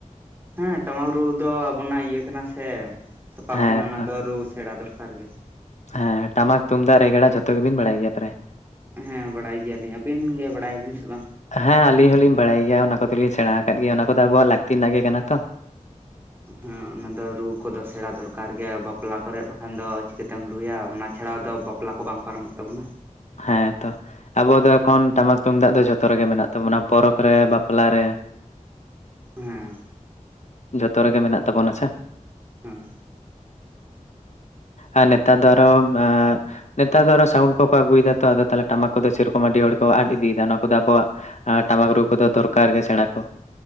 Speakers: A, on the right (about 15°); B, on the left (about 60°).
A: ᱦᱮᱸ ᱴᱟᱢᱟᱠ ᱨᱩ ᱫᱚ ᱟᱵᱚᱱᱟᱜ ᱤᱭᱟᱹ ᱠᱟᱱᱟ ᱥᱮ ᱥᱟᱯᱟᱵᱽ
B: ᱦᱮᱸ
A: ᱠᱟᱱᱟ ᱚᱱᱟ
B: ᱛᱚ
A: ᱫᱚ ᱨᱩ ᱥᱮᱬᱟ ᱫᱚᱨᱠᱟᱨ ᱜᱮ
B: ᱦᱮᱸ ᱴᱟᱢᱟᱠ ᱛᱩᱢᱫᱟᱜ ᱨᱮᱜᱽᱲᱟ ᱡᱷᱚᱛᱚ ᱜᱮᱵᱤᱱ ᱵᱟᱲᱟᱭ ᱜᱮᱭᱟ ᱯᱨᱟᱭ
A: ᱦᱮᱸ ᱵᱟᱲᱟᱭ ᱜᱮᱭᱟᱞᱤᱧ ᱟᱹᱵᱤᱱ ᱜᱮ ᱵᱟᱲᱟᱭᱟᱵᱤᱱ ᱥᱮ ᱵᱟᱝ
B: ᱦᱮᱸ ᱟᱞᱤᱧ ᱦᱚᱞᱤᱧ ᱵᱟᱲᱟᱭ ᱜᱮᱭᱟ ᱚᱱᱟ ᱠᱚᱫᱚᱞᱤᱧ ᱥᱮᱬᱟ ᱟᱠᱟᱫ ᱜᱮᱭᱟ ᱚᱱᱟ ᱠᱚᱫᱚ ᱟᱵᱚᱣᱟᱜ ᱞᱟᱹᱠᱛᱤ ᱨᱮᱱᱟᱜ ᱜᱮ ᱠᱟᱱᱟ ᱛᱚ
A: ᱦᱮᱸ ᱚᱱᱟᱫᱚ ᱨᱩ ᱠᱚᱫᱚ ᱥᱮᱬᱟ ᱫᱚᱨᱠᱟᱨ ᱜᱮᱭᱟ ᱵᱟᱯᱞᱟ ᱠᱚᱨᱮᱫ ᱵᱟᱠᱷᱟᱱ ᱫᱚ ᱪᱤᱠᱟᱹᱛᱮᱢ ᱨᱩᱭᱟ ᱚᱱᱟ ᱪᱷᱟᱲᱟ ᱫᱚ ᱵᱟᱯᱞᱟ ᱵᱟᱯᱞᱟ ᱠᱚ ᱵᱟᱝ ᱯᱟᱨᱚᱢᱚᱜ ᱛᱟᱵᱚᱱᱟ
B: ᱦᱮᱸ ᱛᱚ ᱟᱵᱚ ᱫᱚ ᱮᱠᱷᱚᱱ ᱴᱟᱢᱟᱠ ᱛᱩᱢᱫᱟᱜ ᱫᱚ ᱡᱷᱚᱛᱚ ᱨᱮᱜᱮ ᱢᱮᱱᱟᱜ ᱛᱟᱵᱚᱱᱟ ᱯᱚᱨᱚᱵᱽ ᱨᱮ ᱵᱟᱯᱞᱟ ᱨᱮ
A: ᱦᱮᱸ
B: ᱡᱷᱚᱛᱚ ᱨᱮᱜᱮ ᱢᱮᱱᱟᱜ ᱛᱟᱵᱚᱱᱟ ᱥᱮ
A: ᱦᱩᱸ
B: ᱟᱨ ᱱᱮᱛᱟᱨ ᱫᱚ ᱟᱨᱚ ᱱᱮᱛᱟᱨ ᱫᱚ ᱟᱨᱚ ᱥᱟᱣᱩᱱᱰ ᱠᱚᱠᱚ ᱟᱹᱜᱩᱭ ᱫᱟ ᱛᱚ ᱟᱫᱚ ᱛᱟᱦᱚᱞᱮ ᱴᱟᱢᱟᱠ ᱠᱚᱫᱚ ᱥᱮᱨᱚᱠᱚᱢ ᱟᱹᱰᱤ ᱦᱚᱲ ᱠᱚ ᱟᱫ ᱤᱫᱤᱭᱮᱫᱟ ᱱᱚᱣᱟ ᱠᱚᱫᱚ ᱟᱵᱚᱣᱟᱜ ᱟᱨ ᱴᱟᱢᱟᱠ ᱨᱩ ᱠᱚᱫᱚ ᱫᱚᱨᱠᱟᱨ ᱜᱮ ᱥᱮᱬᱟ ᱠᱚ